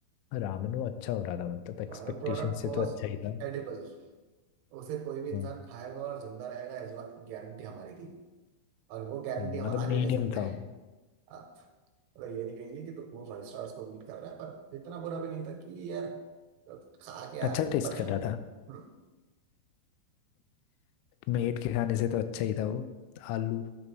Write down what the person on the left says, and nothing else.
रामेन वो अच्छा हो रहा था मतलब एक्सपेक्टेशन
से
तो अच्छा ही था
हाँ,
हम्म,
मतलब
मीडियम
था
वो
अच्छा
टेस्ट
कर रहा
था
मेट के खाने से तो अच्छा ही था वो आलू